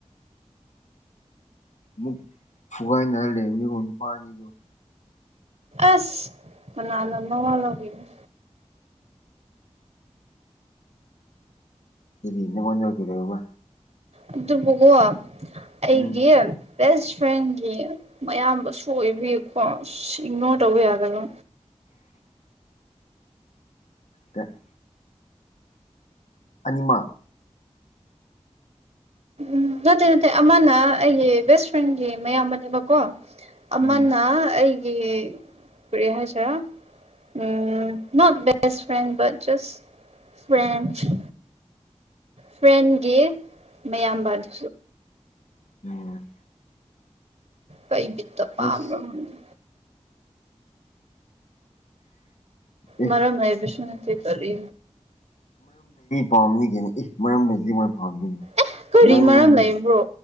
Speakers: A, on the left; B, on the right.
A: ꯑꯃꯨꯛ ꯐꯨꯒꯥꯏ ꯅ ꯂꯩꯔꯝꯅꯤ ꯀꯣ ꯅꯨꯄꯥ ꯑꯅꯤꯗꯣ
B: ꯑꯁ ꯀꯅꯥꯅꯥ ꯃꯋꯥ ꯂꯧꯕꯤꯅꯤ
A: ꯀꯥꯔꯤ ꯅꯥꯉꯣꯜꯗ ꯀꯩꯗꯧꯕ
B: ꯑꯗꯨ ꯑꯗꯨꯕꯨꯀꯣ ꯑꯩꯒꯤ
A: ꯎꯝ
B: ꯕꯦꯁ ꯐ꯭ꯔꯦꯟꯒꯤ ꯃꯌꯥꯝꯕꯁꯨ ꯑꯣꯏꯕꯥꯒꯤꯀꯣ ꯏꯛꯅꯣꯔ ꯇꯧꯕ ꯌꯥꯗꯕ
A: <unintelligible> ꯀ <unintelligible> ꯑꯅꯤ ꯃꯛ
B: ꯑꯝ ꯅꯠꯇꯦ ꯅꯠꯇꯦ ꯑꯃꯅ ꯑꯩꯒꯤ ꯕꯦꯁ ꯐ꯭ꯔꯦꯟꯒꯤ ꯃꯌꯥꯝꯕꯅꯦꯕꯀꯣ ꯑꯃꯅ
A: ꯎꯝ
B: ꯑꯩꯒꯤ ꯀꯔꯤ ꯍꯥꯏꯁꯤꯔꯥ ꯎꯝ ꯅꯣꯠ ꯕꯦꯁꯇ꯭ ꯐꯔ꯭ꯤꯑꯦꯟꯗ ꯕꯨꯠ ꯖꯨꯁꯇ꯭ ꯐꯔ꯭ꯤꯑꯦꯟꯗꯥ ꯐ꯭ꯔꯦꯟꯒꯤ ꯃꯌꯥꯝꯕꯅꯦ
A: ꯑꯝ
B: ꯀꯩ ꯕꯤꯠꯇ ꯄꯥꯝ꯭ꯕꯔ
A: ꯑꯁ
B: ꯈꯪꯗꯦ
A: ꯑꯦ
B: ꯃꯔꯝ ꯂꯩꯕꯥꯁꯨ ꯅꯠꯇꯦ ꯀꯔꯤ
A: ꯄꯥꯝꯅꯤꯒꯅꯦ ꯑꯦ ꯃꯔꯝꯂꯩꯇꯔꯗꯤ ꯀꯃꯥꯏ ꯄꯥꯝꯗꯣꯏꯅꯣ
B: ꯑꯦ ꯀꯥꯔꯤ
A: ꯅꯪꯁꯨ
B: ꯃꯔꯝ ꯂꯩꯕ꯭ꯔꯣ